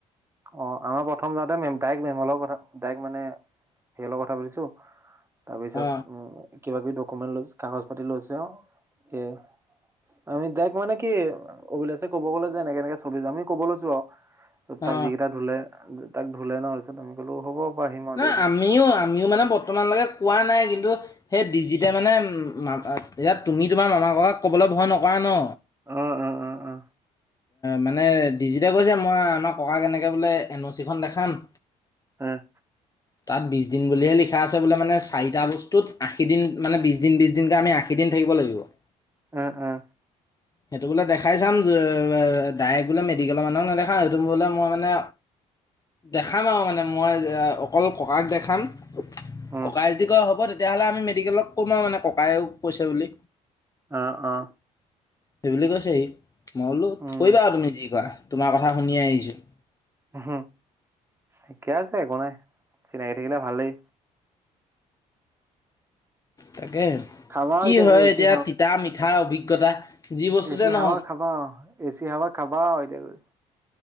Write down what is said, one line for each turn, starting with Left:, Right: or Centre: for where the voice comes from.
Right: অ আমাৰ প্ৰথম যাওঁতে মেম ডাইৰেক্ট মেমৰ লগত অ-কথা ডাইৰেক্ট মানে হেৰি লগত কথা পাতিছো তাৰ পিছত
Left: অ
Right: কিবা-কিবি ডকুমেন্ট কাগজ পাতি লৈছে আৰু সেয়াই আমি তাইক মানে কি, অভিলাষে ক'ব গ'লে যে এনেকে এনেকে চলি যাম, আমি ক'ব লৈছোঁ আৰু, তাক
Left: অ
Right: যিকেইটা ধুলে তাক ধুলে ন? পিছত আমি ক'লো হ'ব। আহিম আও
Left: নহ
Right: ডেইলি
Left: আমিও, আমিও মানে বৰ্তমানলৈকে কোৱা নাই কিন্তু সেই ডিজিটে মানে ম ইয়াত তুমি তোমাৰ মামাৰ ঘৰত ক'বলৈ ভয় নকৰা ন?
Right: অ, অ অ অ
Left: মানে ডিজিটে কৈছে মই আমাৰ ককাক এনেকৈ বোলে এন অ' চিখন দেখাম।
Right: হয়',
Left: তাত বিছ দিন বুলিহে লিখা আছে বোলে মানে চাৰিটা বস্তুত আশী দিন মানে বিছ দিন বিছ দিনকে আমি আশী দিন থাকিব লাগিব। <inaudible>
Right: অ অ
Left: <inaudible> সেইটো বোলে দেখাই চাম ডাইৰেক্ট বোলে মেডিকেলৰ মানুহক নেদেখাওঁ সেইটো বোলে মই মানে দেখাম আৰু মানে মই অকল ককাক দেখাম
Right: উম,
Left: ককাই যদি কই হ'ব তেতিয়াহ'লে আমি মেডিকেলক ক'ম আৰু মানে ককায়ও কৈছে বুলি
Right: অ', অ।
Left: সেইবুলি কৈছে সি, মই বোলো
Right: উম,
Left: কৰিবা আৰু তুমি যি কৰা তোমাৰ কথা শুনিয়ে আহিছোঁ।
Right: হ, ঠিকে আছে একো নাই। চিনাকি থাকিলে ভালেই
Left: তাকে আৰু,
Right: খাবা
Left: কি
Right: আৰু
Left: হয়
Right: গৈ এচি
Left: এতিয়া তিতা, মিঠা অভিজ্ঞতা যি বস্তুতে
Right: এ চি
Left: নহওক
Right: হাৱা খাবা আৰু এ চি হাৱা খাবা আৰু এতিয়া গৈ।